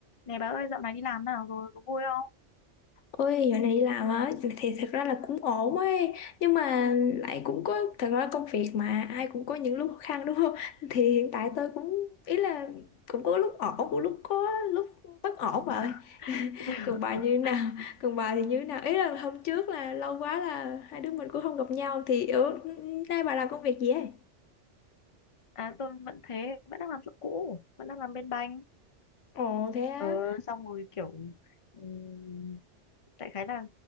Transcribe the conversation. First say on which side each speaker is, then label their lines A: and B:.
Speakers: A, on the left; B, on the left.
A: Này bà ơi, dạo này đi làm nào rồi, có vui không?
B: Ôi, dạo này đi làm á thì thật ra là cũng ổn ấy nhưng mà lại cũng có thật ra công việc mà ai cũng có những lúc khó khăn đúng không <laughs> thì hiện tại tôi cũng ý là cũng có lúc ổn cũng lúc có lúc bất ổn vậy
A: <laughs>
B: còn bà như nào <laughs> còn bà thì như nào ý là hôm trước là lâu quá là hai đứa mình cũng không gặp nhau thì ở nay bà làm công việc gì ấy
A: À, tôi vẫn thế, vẫn đang làm chỗ cũ, vẫn đang làm bên banh.
B: ồ thế á
A: Ờ, xong rồi kiểu ừm, đại khái là